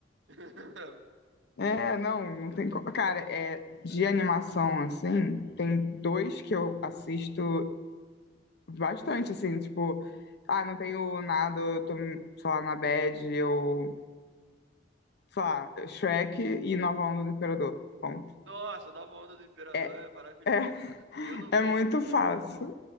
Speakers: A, on the right; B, on the left.
A: <laughs>
B: É, não, não tem como. Cara, é, de animação, assim, tem dois que eu assisto bastante, assim, tipo, ah, não tenho nada, eu tô, sei lá, na bad, eu, sei lá, Shrek e Nova Onda do Imperador, ponto.
A: Nossa, Nova Onda do Imperador
B: É,
A: é maravilhoso,
B: é, <laughs>
A: cara. Eu não
B: é
A: vejo,
B: muito fácil,